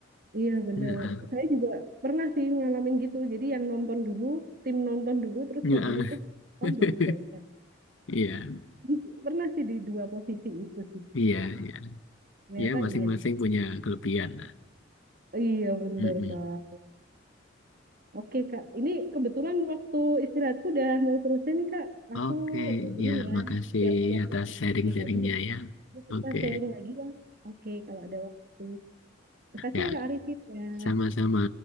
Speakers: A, on the right; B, on the left.
A: iya benar.
B: Heeh.
A: Saya juga pernah sih ngalamin gitu. Jadi yang nonton dulu, tim nonton dulu, terus
B: Heeh.
A: habis itu kan
B: <laughs>
A: baru baca.
B: Iya,
A: Di- Pernah sih di dua posisi itu sih.
B: iya, iya.
A: Ternyata
B: Ya, masing-masing
A: iya,
B: punya kelebihan. lah.
A: iya benar
B: Mm-mm.
A: Pak. Oke Kak, ini kebetulan waktu istirahatku udah mau selesai nih Kak. Aku
B: Oke,
A: ini
B: ya,
A: ya,
B: makasih
A: siap-siap
B: atas
A: untuk
B: sharing-sharingnya
A: kerja lagi ya.
B: ya.
A: Terus kita
B: Oke,
A: sharing lagi ya. Oke, kalau ada waktu. Makasih
B: ya,
A: ya Kak Arifin ya.
B: sama-sama.